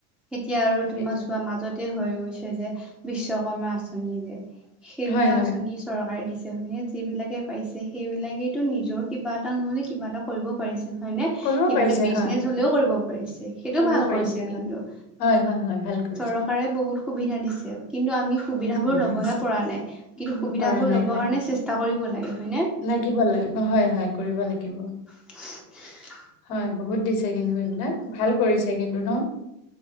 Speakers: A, in the centre; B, on the left.
A: এতিয়া আৰু তোমাৰ
B: সেইটোৱে
A: চোৱা মাজতে হৈ গৈছে যে বিশ্বকৰ্মা আঁচনি যে সেইবিলাক
B: হয় হয়
A: আঁচনি চৰকাৰে দিছে ত হে যিবিলাকে পাইছে সেইবিলাকেইটো নিজৰ কিবা এটা নহলে কিবা এটা কৰিবও পাৰিছে হয়নে
B: কৰিব
A: কিবা
B: পাৰিছে
A: এটা বিজনেচ
B: হয়,
A: হলেও কৰিব পাৰিছে সেইটো
B: কৰিব
A: ভাল
B: পাৰিছে
A: কৰিছে
B: হয়,
A: কিন্তু
B: হয় হয় হয় ভাল কৰিছে
A: চৰকাৰে বহুত সুবিধা দিছে কিন্তু আমি সুবিধা
B: বহুত
A: বোৰ লবহে
B: দিছে,
A: পৰা নাই কিন্তু
B: উম,
A: সুবিধা
B: পৰা
A: বোৰ
B: নাই
A: লব
B: হয়,
A: কাৰণে চেষ্টা কৰিব লাগে হয়নে
B: লাগিব লাগ হয় হয় কৰিব লাগিব
A: <unintelligible>
B: হয় বহুত দিছে কিন্তু এইবিলাক ভাল কৰিছে কিন্তু ন